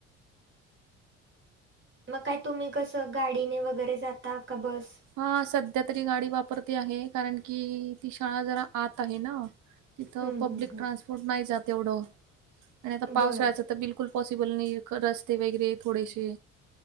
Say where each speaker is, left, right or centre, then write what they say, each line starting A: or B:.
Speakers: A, on the right (about 30°); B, on the right (about 55°).
A: मग काय तुम्ही कसं गाडीने वगैरे जाता का बस?
B: हा सध्या तरी गाडी वापरते आहे, कारण की ती शाळा जरा आत आहे ना. तिथं
A: हम्म
B: पब्लिक
A: हम्म हम्म
B: ट्रान्सपोर्ट नाही जात एवढं आणि आता पावसाळ्याचं
A: बरं
B: तर बिल कुल पॉसिबल नाहीये रस्ते वगैरे थोडेसे